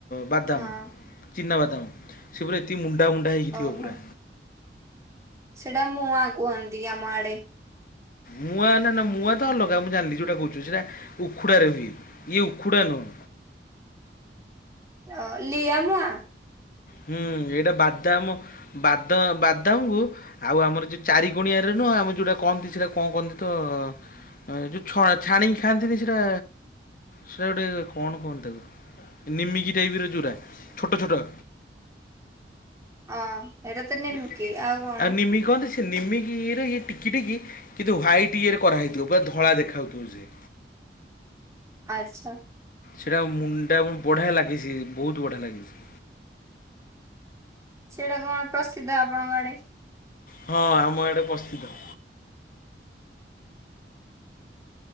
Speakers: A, on the left; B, on the right.
A: ବାଦାମ
B: ହଁ
A: ଚିନାବାଦାମ ସେ ପୁରା ଏତିକି ମୁଣ୍ଡା ମୁୁଣ୍ଡା ହେଇକିଥିବ
B: ଓହୋ।
A: ପୁରା।
B: ସେଇଟା ମୁଆଁ କୁହନ୍ତି ଆମ ଆଡେ।
A: ମୁଆଁ ନା ନା ନା ମୁଆଁ ତ ଅଲଗା ମୁଁ ଜାଣିଲି ଯେଉଁଟା କହୁଛି ସେଇଟା ଉଖୁଡ଼ାରେ ହୁଏ ଇଏ ଉଖୁଡ଼ା ନୁହଁ।
B: ଅ ଲିଆ ମୁଆଁ?
A: ହୁଁ ଏଇଟା ବାଦାମ ବାଦ ବାଦାମକୁ। ଆଉ ଆମର ଯୋଉ ଚାରି କଣିଆରେ ନୁହଁ ଆମେ ଯୋଉଟା କହନ୍ତି ସେଇଟା କଣ କହନ୍ତି ତ। ଏ ଯୋଉ ଛଣା ଛାଣିକି ଖାଆନ୍ତିନି ସେଇଟା। ସେଇଟା ଗୋଟେ କଣ କୁହନ୍ତି ତାକୁ ନିମିକି ଟାଇପ ର ଯୋଉରା ଛୋଟ ଛୋଟ।
B: ଅ ହେଇଟା ତ ନିମିକି
A: ଏ
B: ଆଉ କଣ
A: ଆକୁ ନିମିକି କହନ୍ତି। ନିମିକି ଇଏରେ ଇଏ ଟିକି ଟିକ କିନ୍ତୁ ହ୍ୱାଇଟ୍ ଇଏରେ କରାଇଥିବ ପୁରା ଧଳା ଦେଖା ଯାଉଥିବ ସେ।
B: ଆଚ୍ଛା।
A: ସେଇଟା ମୁଣ୍ଡା ବଢ଼ିଆ ଲାଗେ ସେ ବହୁତ ବଢ଼ିଆ ଲାଗେ ସେ।
B: ସେଇଟା କଣ ପ୍ରସିଦ୍ଧ ଆପଣଙ୍କ ଆଡେ?
A: ହଁ ଆମ ଆଡ଼େ ପ୍ରସିଦ୍ଧ।